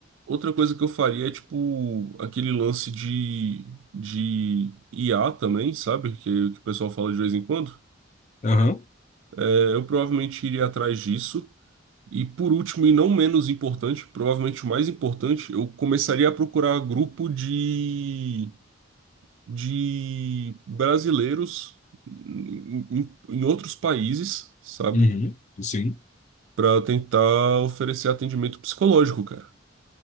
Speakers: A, on the right; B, on the left.
A: Outra coisa que eu faria é tipo aquele lance de de IA também, sabe? Que, que o pessoal fala de vez em quando.
B: Aham,
A: É, eu provavelmente iria atrás disso. E por último, e não menos importante, provavelmente o mais importante, eu começaria a procurar grupo de, de brasileiros em, em- em outros países, sabe?
B: uhum, sim.
A: Para tentar oferecer atendimento psicológico, cara.